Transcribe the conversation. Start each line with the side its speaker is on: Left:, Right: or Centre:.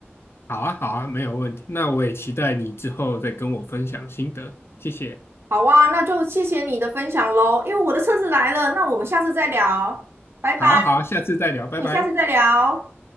Left: 好啊，好啊，没有问题。那我也期待你之后再跟我分享心得，谢谢。
Right: 好啊，那就谢谢你的分享喽。因为我的车子来了，那我们下次再聊，拜拜。
Left: 好啊，好啊，下次再聊，拜拜。
Right: 你下次再聊。